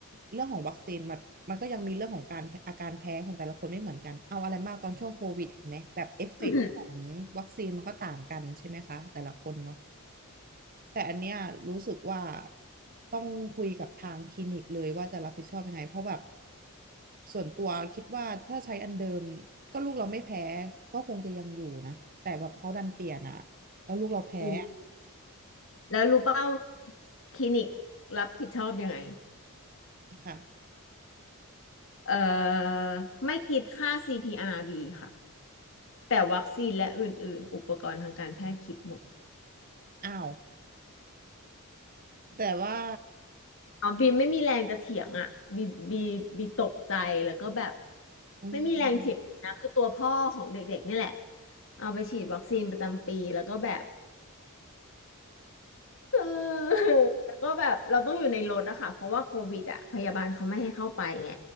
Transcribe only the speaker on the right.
เรื่องของวัคซีนมันมันก็ยังมีเรื่องของการอาการแพ้ของแต่ละคนไม่เหมือนกันเอาอะไรมากตอนช่วงโควิดเห็นไหมแบบเอฟเฟกต์ของวัคซีนมันก็ต่างกันใช่ไหมคะแต่ละคนเนาะ
แต่อันเนี้ยรู้สึกว่าต้องคุยกับทางคลินิกเลยว่าจะรับผิดชอบยังไงเพราะแบบส่วนตัวคิดว่าถ้าใช้อันเดิมก็ลูกเราไม่แพ้ก็คงจะยังอยู่นะแต่แบบเขาดันเปลี่ยนอ่ะแล้วลูกเราแพ้
อะค่ะ
อ้าวแต่ว่า
อืม